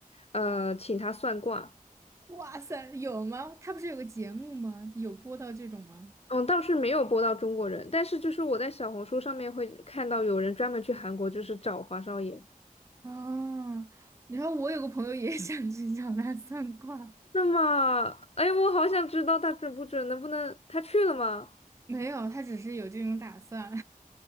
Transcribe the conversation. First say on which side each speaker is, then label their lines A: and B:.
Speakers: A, on the left; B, on the right.
A: 呃请他算卦。
B: 哇塞，有吗？他不是有个节目吗？有播到这种吗？
A: 嗯，倒是没有播到中国人，但是就是我在小红书上面会看到有人专门去韩国就是找花少爷。
B: 啊，然后我有个朋友也 <laughs> 想去找他算卦，
A: 那么，哎，我好想知道他准不准，能不能他去了吗？
B: <laughs> 没有，他只是有这种打算。